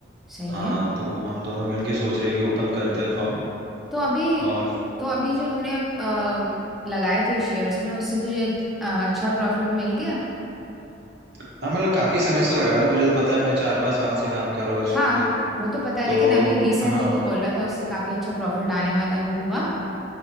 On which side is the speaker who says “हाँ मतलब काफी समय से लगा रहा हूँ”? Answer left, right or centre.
Right